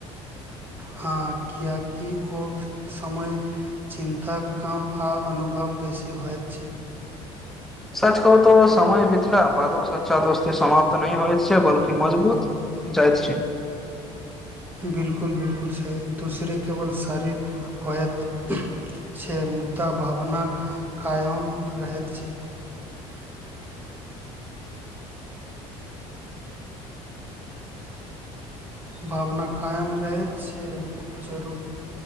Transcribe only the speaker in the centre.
सच कहू त समय बीतला बादो सच्चा दोस्ती समाप्त नहिह होइत छै बल्कि मजबूत जाइत छै।